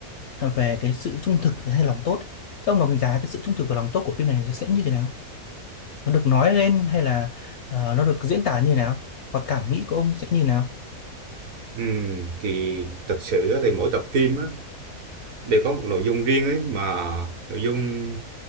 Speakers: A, on the left (about 70°); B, on the right (about 65°).
A: về cái sự trung thực hay lòng tốt Thế ông đánh giá cái sự trung thực và lòng tốt của phim này sẽ như thế nào? Nó được nói lên hay là ờ, nó được diễn tả như thế nào? Và cảm nghĩ của ông sẽ như thế nào?
B: Ừm, thì thật sự á, thì mỗi tập phim á, đều có một nội dung riêng ấy mà nội dung